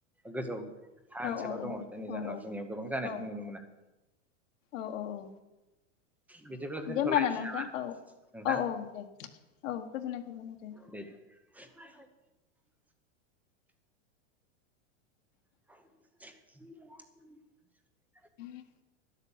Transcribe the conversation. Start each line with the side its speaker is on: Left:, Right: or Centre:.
Centre: गोजौ हा
Left: औ
Centre: ओनसोलाव दङ जायनि
Left: औ
Centre: जाहोनाव
Left: औ
Centre: जोंनियाव गोबां जानायखौ
Left: औ
Centre: नुनो मोना
Left: औ औ औ
Centre: बिदिब्ला दोनथ'लायनोसै
Left: दे होमबा ना नोंथां
Centre: नामा
Left: औ
Centre: नोंथां
Left: औ औ दे औ गोजोननाय थाबाय नोंथां
Centre: दे <inaudible> <inaudible>
Left: <inaudible>